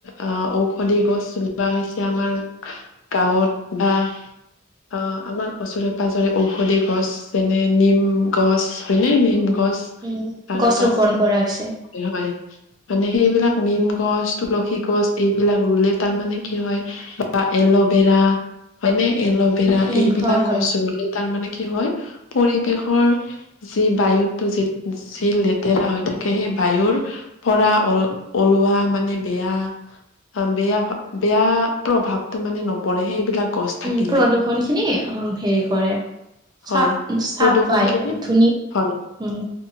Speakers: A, on the left; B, on the right.
A: অ' ঔষধি গছ চলোৱা হৈছে আমাৰ গাঁৱত বা <inaudible> অ' আমাৰ ওচৰে-পজৰে ঔষধি গছ যেনে নিম গছ হয়নে, নিম গছ
B: উম,
A: তাৰ
B: গছ
A: পাছ
B: ৰোপন কৰা হৈছে।
A: হয় মানে সেইবিলাক এই নিম গছ, তুলসী গছ এইবিলাক ৰুলে তাৰমানে কি হয় বা এল'ভেৰা হয়নে এল'ভেৰা
B: উম,
A: এইবিলাক
B: হয়, হয়।
A: গছ ৰুলে তাৰ মানে কি হয় পৰিৱেশৰ যি বায়ুতটো যি যি, লেতেৰা হৈ থাকে সেই বায়ুৰ পৰা ও ওলোৱা মানে বেয়া অ'বেয়া, বেয়া প্ৰভাৱতটো মানে নপৰে। সেইবিলাক গছ থাকিলে
B: উম প্ৰদূৰ্ষন খিনি হেৰি কৰে। চফ-চফ
A: হয় প্ৰদূষণ
B: বাই
A: খিনি
B: ধুনী
A: হয়,
B: উম